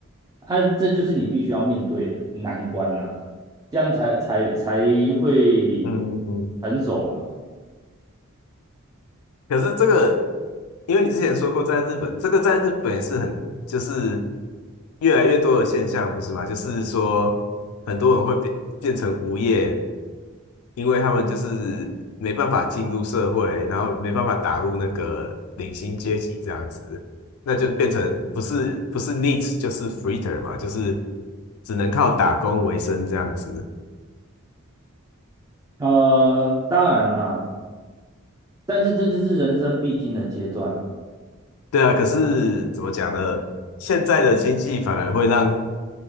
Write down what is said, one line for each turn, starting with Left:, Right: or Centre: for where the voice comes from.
Right: 啊，这就是你必须要面对的难关呐、这样才才才会
Left: 嗯嗯，
Right: 成熟嘛。
Left: 可是这个，因为你之前说过在日本，这个在日本也是很就是越来越多的现象，不是吗？就是说很多人会变变成无业。因为他们就是没办法进入社会，然后没办法打入那个领薪阶级这样子，那就变成不是不是 needs 就是 freeter 嘛，就是只能靠打工为生这样子。
Right: 呃，当然啦，但是这就是人生必经的阶段。
Left: 对啊，可是怎么讲呢？现在的经济反而会让